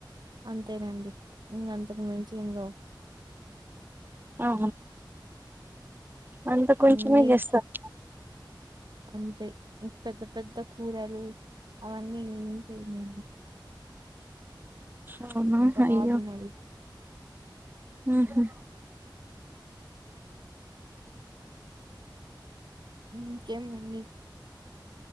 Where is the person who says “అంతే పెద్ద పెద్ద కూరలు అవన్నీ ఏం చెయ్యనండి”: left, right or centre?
Right